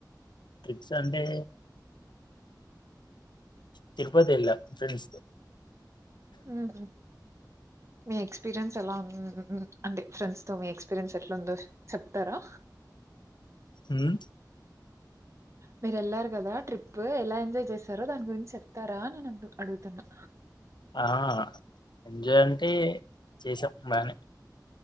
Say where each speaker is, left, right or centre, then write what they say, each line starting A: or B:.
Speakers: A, on the left; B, on the right.
A: ట్రిప్స్ అంటే తిరుపతి వెళ్ళా ఫ్రెండ్స్ తో
B: ఆహ మీ ఎక్స్పీరియన్స్ ఎలా ఉ అంటే ఫ్రెండ్స్ తో మీ ఎక్స్పీరియన్స్ ఎట్లాందో చెప్తారా
A: హమ్
B: మీరు వెళ్లారు కదా ట్రిప్ ఎలా ఎంజాయ్ చేశారో దాని గురించి చెప్తారా న అడుగుతున్నా
A: ఆ ఎంజాయ్ అంటే చేసాం బానే